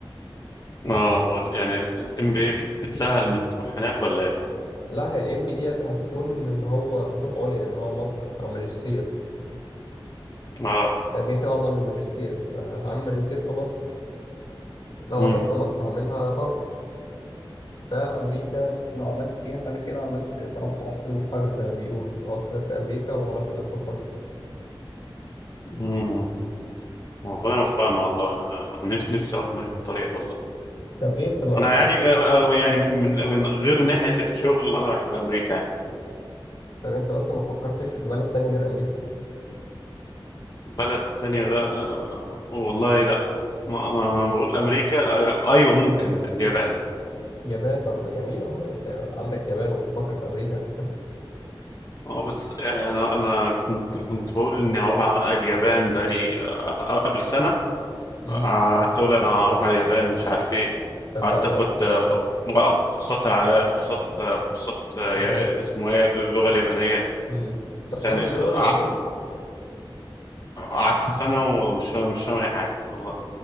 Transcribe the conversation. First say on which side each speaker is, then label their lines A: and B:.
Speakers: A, on the left; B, on the left.
A: اه و- يعني الام بي اي بتسهل انك تروح هناك ولا ايه
B: لا هي الإم بي ديت هتكون اللي هو دراسات عليا اللي هو ماستر أو ماجستير
A: اه
B: أنا كده كده عاوز أعمل ماجستير فهعمل ماجستير في مصر لو
A: مم.
B: معرفتش في مصر هعملها بره فأمريكا لو عملت فيها فأنا كده عملت ضربت عصفورين بحجر زي ما بيقولوا لو سافرت أمريكا وعملت دراسات عليا
A: مم. ربنا يوفقنا والله انا أنا نفسي نفسي اروح امريكا بطريقة والله
B: طب إيه أنت ما
A: انا يعني آه، آه، يعني من من غير ناحية الشغل انا بحب امريكا يعني.
B: طب انت بس ما فكرتش في بلد تاني غير امريكا
A: بلد تانية غ... آه، والله لا ما انا بقول امريكا آه، ايوه ممكن اليابان
B: يابان طب ما جميل اهو انت عندك يابان وبتفكر في امريكا
A: اه بس يعني انا انا كنت كنت بقول اني هروح على اليابان بقالي آه، قبل سنة
B: امم
A: آه، قعدت اقول انا هروح على اليابان مش عارف ايه
B: <laughs> عشان
A: قعدت
B: بقى له
A: اخد
B: بقى
A: آه، كورسات ع- كورسات آه، كورسات آه،
B: ياباني
A: يا- اسمه ايه اللغة اليابانية
B: امم
A: بس
B: طب سهله
A: يعني
B: اللي
A: آه،
B: هو اللبنيه
A: قعدت سنة ومش مش فاهم اي حاجة والله